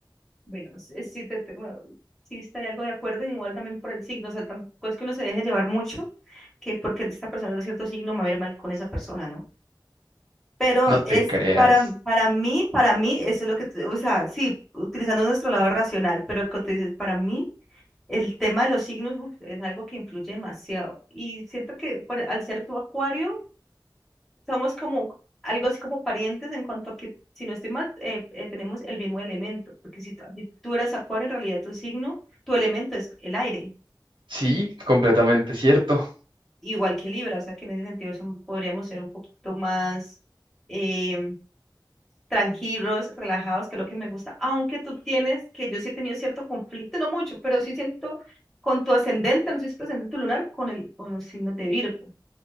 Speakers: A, in the centre; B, on the right.
A: Bueno, sí, sí, te- te- bueno, sí estaría algo de acuerdo, igual también por el signo, o sea, tampoco es que uno se deje llevar mucho, que porque esta persona es de cierto signo me va a ir mal con esa persona, ¿no? Pero
B: No te
A: es
B: creas.
A: para, para mí, para mí, eso es lo que, tú- o sea, sí, utilizando nuestro lado racional, pero como tú dices, para mí. El tema de los signos uf, es algo que influye demasiado. Y siento que por- al ser tu acuario, somos como algo así como parientes en cuanto a que, si no estoy mal, eh, eh, tenemos el mismo elemento. Porque si, t- si tú eres acuario, en realidad tu signo, tu elemento es el aire,
B: Sí, completamente cierto.
A: igual que Libra. O sea que en ese sentido son- podríamos ser un poquito más em, tranquilos, relajados, que es lo que me gusta. Aunque tú tienes, que yo sí he tenido cierto conflicto, no mucho, pero sí siento con tu ascendente, no sé si tu ascendente lunar, con el, con los signos de Virgo.